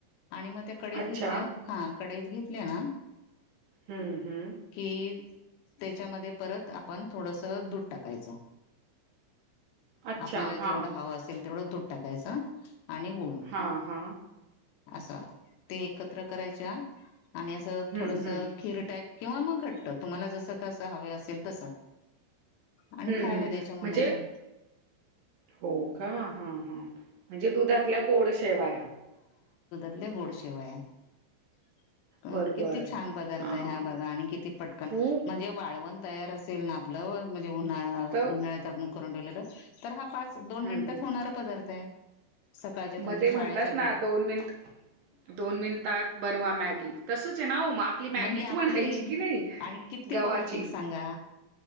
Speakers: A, on the left; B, on the right.
A: आणि मग त्या कढईत
B: अच्छा.
A: घेतल्या, हा काढईत घेतल्या ना
B: हम्म हम्म
A: की त्याच्यामध्ये परत आपण थोडसं दूध टाकायचं.
B: अच्छा.
A: आपल्याला जेवढ
B: हां,
A: हवं असेल तेवढं दूध टाकायचं आणि गुळ
B: हा, हा
A: असं. ते एकत्र करायच्या आणि असं
B: हं,
A: थोडस
B: हं.
A: खीर टाईप किंवा मग घट्ट तुम्हाला, जसं कसं हवे असेल तसं आणि
B: हम्म,
A: खायला
B: हम्म
A: द्यायच्या मुलांना
B: म्हणजे हो का? हा, हा म्हणजे दुधातल्या गोड शेवाया
A: लई गोड शेवाया
B: बरोबर.
A: किती छान पदार्थ
B: हां,
A: आहे हा, बघा आणि किती पटकन
B: खूप
A: म्हणजे वाळवण तयार असेल ना आपलं म्हणजे उन्हाळा,
B: तर
A: उन्हाळ्यात आपणं करून ठेवलेलं तर हा पाच, दोन
B: हं,
A: मिनिटात
B: हं.
A: होणारा पदार्थ आहे. सकाळच्या तुमच्या
B: मग ते म्हणतात
A: शाळेच्या
B: ना
A: गड
B: दोन मिनिट दोन मिनिटात बनवा मॅगी, तसच आहे ना हो? मग आपली मॅगीच
A: ही
B: म्हणायची
A: आपली
B: की नाही.
A: आणि किती
B: गव्हाची?
A: पौष्टिक सांगा.